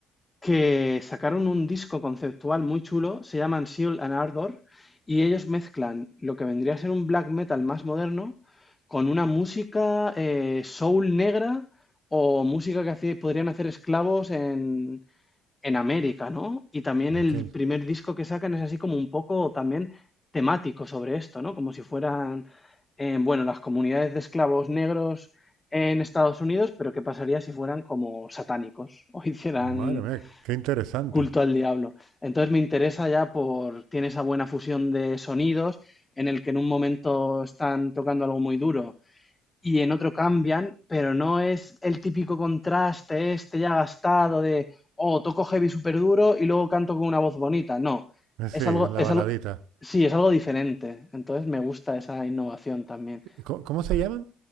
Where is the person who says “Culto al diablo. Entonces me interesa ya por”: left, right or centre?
Left